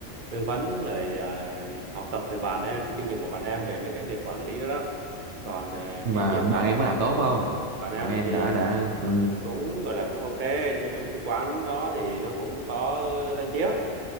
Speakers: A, on the right; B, on the right.
A: tư vấn rồi à, học tập từ bạn em kinh nghiệm của bạn em về mấy cái việc quản lý đó đó còn à,
B: nhưng
A: cái
B: mà
A: việc
B: bạn
A: mà
B: em có làm tốt không
A: bạn em
B: bạn em
A: thì
B: đã đã ừ.
A: cũng gọi là cũng ok nói chung cái quán đó thì nó cũng có danh tiếng